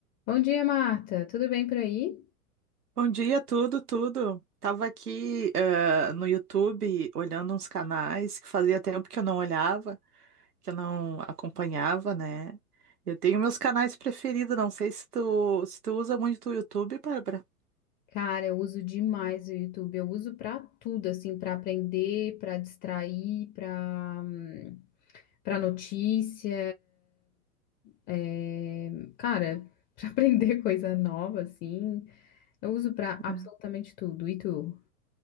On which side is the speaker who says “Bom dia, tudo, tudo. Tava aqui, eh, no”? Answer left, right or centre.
Right